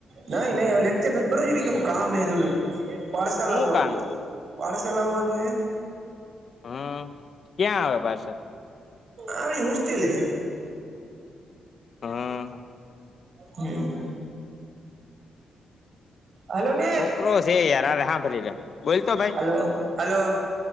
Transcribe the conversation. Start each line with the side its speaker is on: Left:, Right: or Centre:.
Right: નઈ નહી લેક્ચર નથી ભરો કે કામ હે થોડું પાર્સલ
Left: હું
Right: આવવાનું
Left: કામ હે
Right: પાર્સલ આવવાનું હે
Left: હમ ક્યાં આવે પાર્સલ
Right: આવડી હોસ્ટેલે
Left: હા.
Right: હમ. હેલો ન
Left: છોકરો છે યાર હાલે હાંભળી લે બોલતો ભાઈ
Right: હેલો હેલો